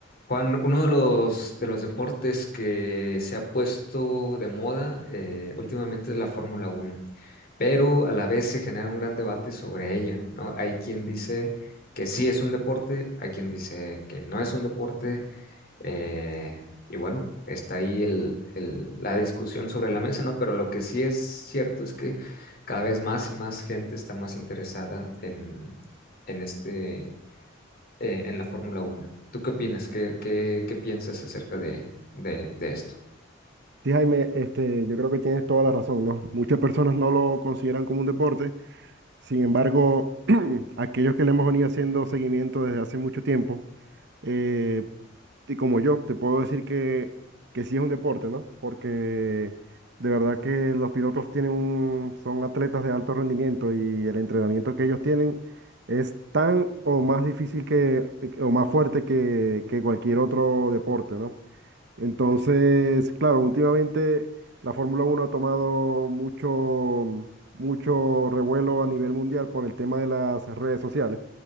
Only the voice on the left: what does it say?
Juan, uno de los, de los deportes que se ha puesto de moda eh, últimamente es la Fórmula Uno, pero a la vez se genera un gran debate sobre ella, ¿no? Hay quien dice que sí es un deporte, hay quien dice que no es un deporte, eh, y bueno, está ahí el- el- la discusión sobre la mesa, ¿no? Pero lo que sí es cierto es que cada vez más y más gente está más interesada en, en este eh, en la Fórmula Uno. ¿Tú qué opinas? ¿Qué, qué, qué piensas acerca de, de- de esto?